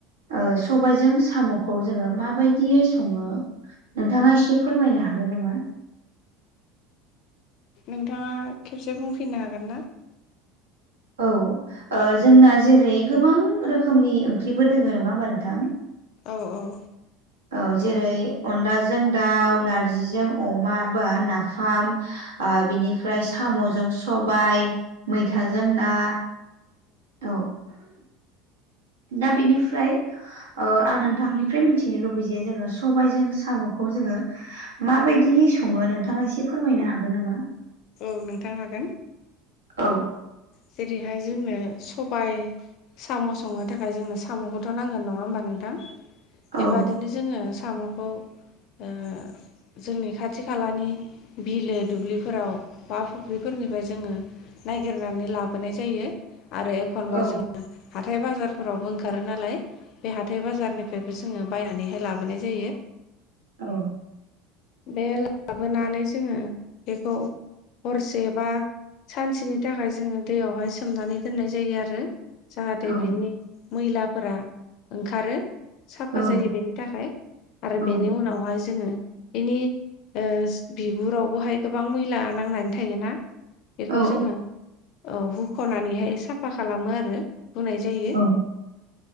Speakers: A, on the right; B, on the left.
A: ओ सबायजों सामखौ जोङो माबायदियै सङो नोंथाङा एसे फोरमायनो हागोन नामा
B: नोंथाङा खेबसे बुंफैनो हागोनना
A: औ ओ जोंना जेरै गोबां रोखोमनि ओंख्रिफोर दोङो नङा होमबा नोंथां
B: औ औ
A: औ जेरै अनलाजों दाउ नारजिजों अमा बा नाफाम आ बिनिफ्राय सामजों सबाय मैथाजों
B: औ
A: ना औ दा बेनिफ्राय ओ आं नोंथांनिफ्राय मिथिनो लुबैयो जे जोङो सबायाइजों सामखौ जोङो माबायदियै सङो नोंथाङा एसे फोरमायनो हागोन नामा
B: औ नोंथां हागोन
A: औ
B: जेरैहाय जोंनो सबाय साम संनो थाखाय जोंनो सामखौथ नांगोन नङा होमबा नोंथां
A: औ
B: बेबादिनो जोङो साम खौ ओ जोंनि खाथि खालानि बिलो दुब्लिफोराव बा फुख्रिफोरनिफ्राय जोङो नागिरनानै लाबोनाय जायो आरो एखनबा
A: औ
B: जों हाथाय बाजारफोरावबो ओंखारो नालाय बे हाथाय बाजारनिफ्रायबो जोङो बायनानैहाय ला बोनाय जायो
A: औ
B: बे लाबोनानै जोङो बेखौ हरसे बा सानसेनि थाखाय जोङो दैयावहाय सोमनानै दोननाय जायो आरो जाहाथे
A: औ
B: बिनि मैलाफोरा ओंखारो साफा
A: औ
B: जायो बेनि थाखाय आरो
A: औ
B: बेनि उनावहाय जोङो बेनि ओ बिगुरावबोहाय गोबां मैला नांनानै थायोना बेखौ
A: औ
B: जोङो औ हुख'नानैहाय साफा खालामो आरो हुनाय जायो
A: औ